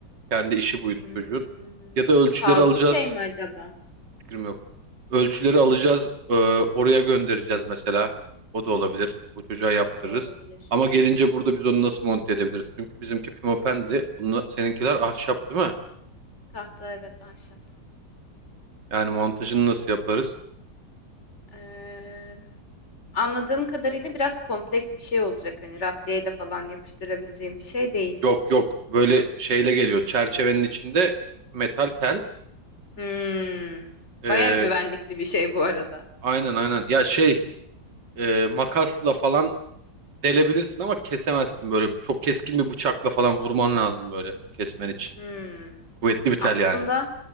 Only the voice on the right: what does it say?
Kendi işi buydu
çocuğun. Ya da ölçüleri
alacağız.
Fikrim yok. Ölçüleri alacağız, e, oraya göndereceğiz mesela. O da olabilir. O çocuğa yaptırırız.
Ama gelince burada biz onu nasıl monte edebiliriz? Çünkü bizimki pimapendi. Bunla, seninkiler ahşap değil mi?
Yani montajını nasıl yaparız?
Yok yok. Böyle şeyle geliyor. Çerçevenin içinde metal tel.
E,
aynen aynen. Ya şey e, makasla falan delebilirsin ama kesemezsin böyle. Çok keskin bir bıçakla falan vurman lazım böyle kesmen için.
Kuvvetli bir tel
yani.